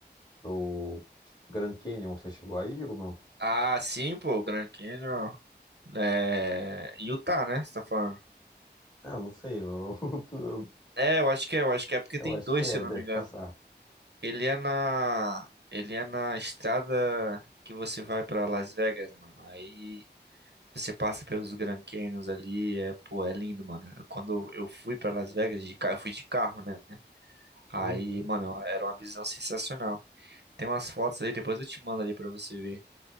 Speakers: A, on the left (about 20°); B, on the right (about 75°).
A: O Grand Canyon, você chegou aí ou não?
B: Ah, sim, pô, o Grand Canyon é em Utah, né? Você tá falando?
A: Ah, eu não sei, eu, <laughs> eu,
B: É, eu acho que é, eu acho que é porque
A: eu
B: tem
A: acho
B: dois,
A: que é,
B: se eu
A: deve
B: não me engano.
A: passar.
B: Ele é na, ele é na estrada que você vai pra Las Vegas, mano. Aí você passa pelos Grand Canyons ali, é, pô, é lindo, mano. Quando eu fui pra Las Vegas de carro, eu fui de carro, né? Aí,
A: Uhum.
B: mano, era uma visão sensacional. Tem umas fotos ali, depois eu te mando ali pra você ver.